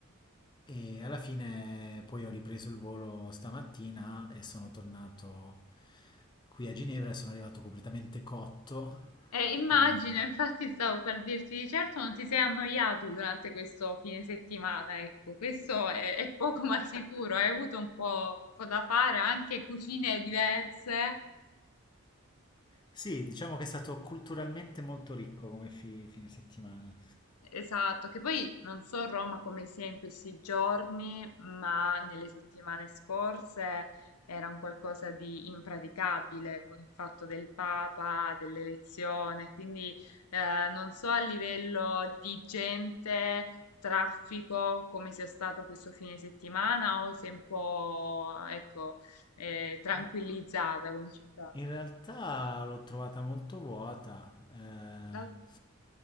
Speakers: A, on the left; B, on the left.
A: E alla fine poi ho ripreso il volo stamattina e sono tornato qui a Ginevra e sono arrivato completamente cotto
B: Eh, immagino,
A: eh,
B: infatti stavo per dirti di certo non ti sei annoiato durante questo fine settimana, ecco, questo è, è poco ma sicuro, hai avuto un po', un po' da fare, anche cucine diverse
A: sì, diciamo che è stato culturalmente molto ricco come fi- fine settimana.
B: Esatto, che poi non so Roma come sia in questi giorni, ma nelle settimane scorse era un qualcosa di impraticabile con il fatto del Papa, dell'elezione, quindi eh, non so a livello di gente, traffico, come sia stato questo fine settimana o se è un po', ecco, eh, tranquillizzata
A: Ma
B: come città.
A: in realtà l'ho trovata molto vuota. eh,
B: Dai.